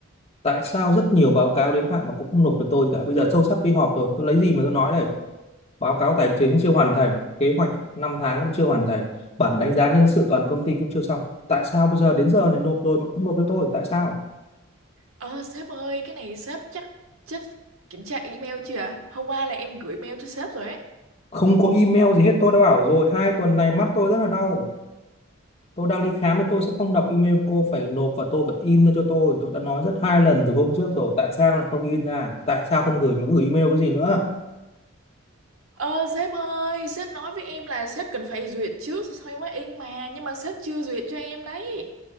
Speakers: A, on the left; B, on the right.
A: tại sao rất nhiều báo cáo đến hạn mà cũng không nộp cho tôi gì cả bây giờ sâu sắc đi họp rồi tôi lấy gì mà tôi nói đây báo cáo tài chính chưa hoàn thành kế hoạch năm tháng cũng chưa hoàn thành bản đánh giá nhân sự toàn công ty cũng chưa xong tại sao bây giờ đến giờ này nộp rồi mà không nộp cho tôi tại sao
B: Ờ sếp ơi cái này sếp chắc Sếp kiểm tra email chưa ạ Hôm qua là em gửi mail cho sếp rồi ấy
A: không có email gì hết tôi đã bảo rồi hai tuần này mắt tôi rất là đau tôi đang đi khám mà tôi sẽ không đọc email cô phải nộp và tôi phải in ra cho tôi tôi đã nói rất hai lần từ hôm trước rồi tại sao lại không in ra tại sao không gửi mà gửi email cái gì nữa
B: Ờ sếp ơi sếp nói với em là sếp cần phải duyệt trước rồi sau mới in mà Nhưng mà sếp chưa duyệt cho em đấy